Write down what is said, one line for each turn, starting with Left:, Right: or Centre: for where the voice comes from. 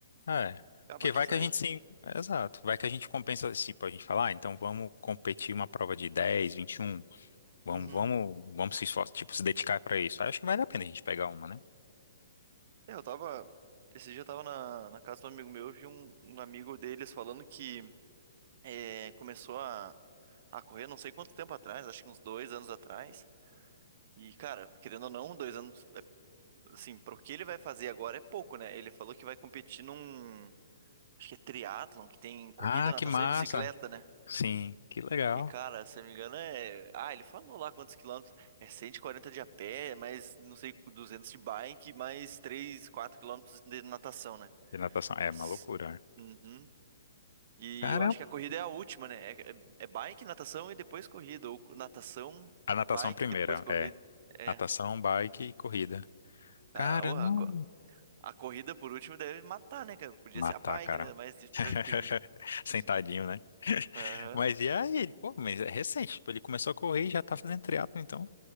Left: É.
Right: Acaba
Left: Porque
Right: que
Left: vai
Right: sai.
Left: que a gente sim. Exato. Vai que a gente compensa, tipo, a gente falar ah, então vamos competir uma prova de dez vinte e um Vamos,
Right: Uhum.
Left: vamos, vamos se esforçar, tipo, se dedicar para isso. Aí Acho que vale a pena a gente pegar uma, né?
Right: É, eu tava. Esse dia eu tava na, na casa de um amigo meu, eu vi um, um amigo deles falando que é, começou a, a correr não sei quanto tempo atrás, acho que uns dois anos atrás. E, cara, querendo ou não, dois anos, é, assim, pro que ele vai fazer agora é pouco, né? Ele falou que vai competir num, acho que é triatlon, que tem corrida,
Left: Ah,
Right: natação
Left: que massa!
Right: e bicicleta, né?
Left: Sim, que legal.
Right: E, cara, se eu não me engano, é... Ah, ele falou lá quantos quilômetros. É 140 de a pé, mais, não sei, 200 de bike, mais 3 4 quilômetros de natação, né?
Left: E natação, é uma
Right: S-
Left: loucura. né?
Right: Uhum. E
Left: Caramba!
Right: eu acho que a corrida é a última, né? É, é é bike, natação e depois corrida. Ou natação,
Left: A natação
Right: bike,
Left: primeira,
Right: depois corrida.
Left: é.
Right: É.
Left: Natação, bike e corrida. Caramba!
Right: Cara, orra, A corrida, por último, deve matar, né, cara? Podia
Left: Matar,
Right: ser a bike,
Left: cara.
Right: né? Mais de tranquilinho.
Left: <laughs> Sentadinho,
Right: <laughs>
Left: né? <laughs>
Right: Aham.
Left: Mas e aí? Pô, mas é recente. Tipo, ele começou a correr e já tá fazendo triatlo, então.